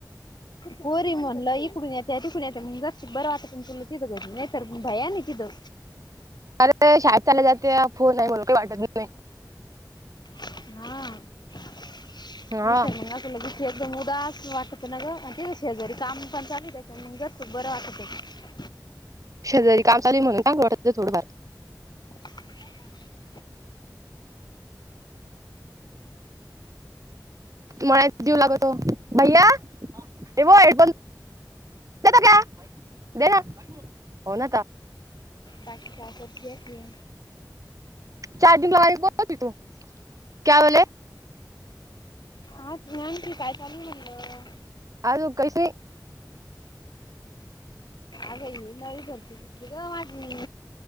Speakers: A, on the left; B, on the right.
A: गोरी म्हणलं इकडून येत तिकडून येते बरं वाटत तुला किथं क नाही सर प भया ना किथं
B: अरे शाेत चालला जाते फोन आहे मला काही वाटत नाही.
A: हा म
B: नाही हा
A: तर आप लग शेज मु उदास वाटत ना ग आणि ठी शेजारी काम पण चालू त्याच्या ग बरं वाटत
B: शेजारी काम लीणून का लटच थोडफार
A: कशाचा तरी आवाज येत आहे
B: मला जीव लागततो भैया एव हेडप ता दे ना हो नाता
A: बाकी का तकती
B: चार्जिंग लाारी बोल होती तू क्या बले
A: आ नन काय म्हणलं
B: अज कसे
A: नवी भरती घेतली ग माझी